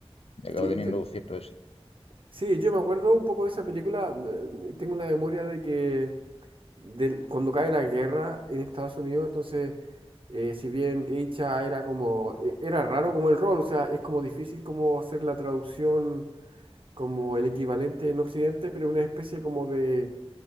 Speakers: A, on the left; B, on the right.
A: Y acaba
B: sí,
A: teniendo
B: yo,
A: cierto éxito.
B: Sí, yo me acuerdo un poco de esa película. mm, eh, Tengo la memoria de que del- cuando cae la guerra en Estados Unidos, entonces, eh, si bien Geisha era como, e- era raro como el rol, o sea, es como difícil como hacer la traducción como el equivalente en Occidente, pero una especie como de,